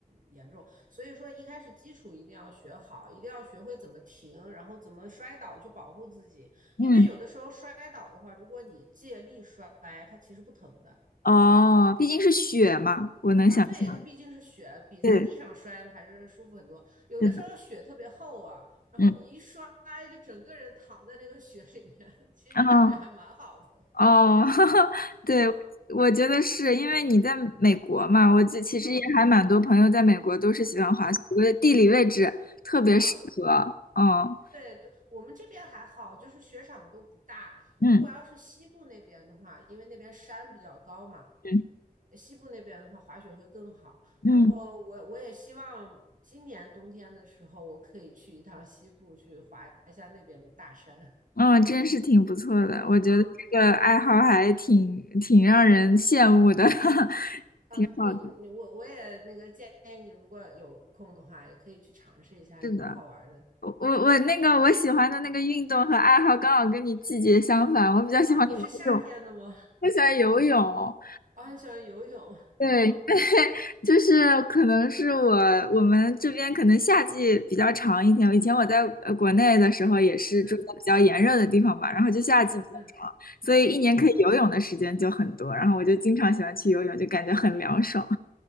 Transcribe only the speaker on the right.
严重。所以说一开始基础一定要学好，一定要学会怎么停，然后怎么摔倒去保护自己。
因为有的时候摔倒的话，如果你借力摔，它其实不疼的。
啊，对，它毕竟是雪，比在地上摔呢还是舒服很多。
有的时候雪特别厚啊，
然后你一摔就整个人躺在那个雪里面，
<laughs> 其实感觉还蛮好的。
嗯
嗯嗯
嗯，
对对，我们这边还好，就是雪场都不大。
如果要是西部那边的话，因为那边山比较高嘛，
西部那边的话滑雪会更好。
然后我我也希望今年冬天的时候，我可以去一趟西部去滑一下那边的大山。
啊。
啊，
你你你我我也那个建议你，如果有空的话，也可以去尝试一下，
也蛮好玩的。
啊，你是夏天的吗？
啊，很喜欢游泳。
啊，
嗯
嗯嗯
嗯。